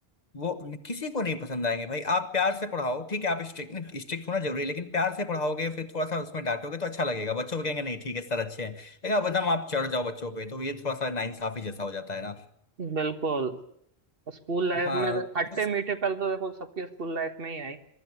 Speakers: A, on the left; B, on the right.
A: वो किसी को नहीं पसंद आएंगे भाई आप प्यार से पढ़ाओ ठीक है आप स्ट्रिक्ट स्ट्रिक्ट होना जरूरी है लेकिन प्यार से पढ़ाओगे फिर थोड़ा सा उसमें डांटोगे तो अच्छा लगेगा बच्चों को कहेंगे नहीं ठीक है सर अच्छे हैं लेकिन आप एकदम आप चढ़ जाओ बच्चों पे तो ये थोड़ा सा नाइंसाफी जैसा हो जाता है ना
B: बिल्कुल स्कूल लाइफ
A: हाँ
B: में तो
A: कुछ
B: खट्टे मीठे पल तो देखो सबके स्कूल लाइफ में ही आई